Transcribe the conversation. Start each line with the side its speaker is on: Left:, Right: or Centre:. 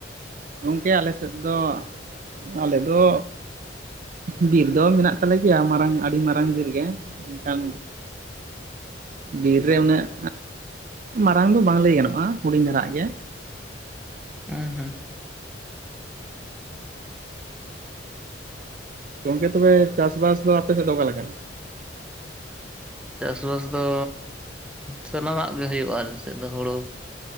Right: ᱜᱚᱢᱠᱮ ᱟᱞᱮᱥᱮᱫ ᱫᱚ ᱟᱞᱮᱫᱚ ᱵᱤᱨ ᱫᱚ ᱢᱮᱱᱟᱜ ᱛᱟᱞᱮ ᱜᱮᱭᱟ ᱢᱟᱨᱟᱝ ᱟᱹᱰᱤ ᱢᱟᱨᱟᱝ ᱵᱤᱨ ᱜᱮ ᱢᱮᱱᱠᱷᱟᱱ ᱵᱤᱨ ᱨᱮ ᱩᱱᱟᱹᱜ ᱢᱟᱨᱟᱝ ᱫᱚ ᱵᱟᱝ ᱞᱟᱹᱭ ᱜᱟᱱᱚᱜᱼᱟ ᱦᱩᱰᱤᱧ ᱫᱷᱟᱨᱟ ᱜᱮ
Centre: ᱦᱩᱸ ᱦᱩᱸ
Right: ᱜᱚᱢᱠᱮ ᱛᱚᱵᱮ ᱪᱟᱥ ᱵᱟᱥ ᱫᱚ ᱟᱯᱮ ᱥᱮᱫ ᱫᱚ ᱚᱠᱟ ᱞᱮᱠᱟ
Centre: ᱪᱟᱥᱵᱟᱥ ᱫᱚ ᱥᱟᱱᱟᱢᱼᱟᱜ ᱜᱮ ᱦᱩᱭᱩᱜᱼᱟ ᱟᱞᱮ ᱥᱮᱫ ᱫᱚ ᱦᱳᱲᱳ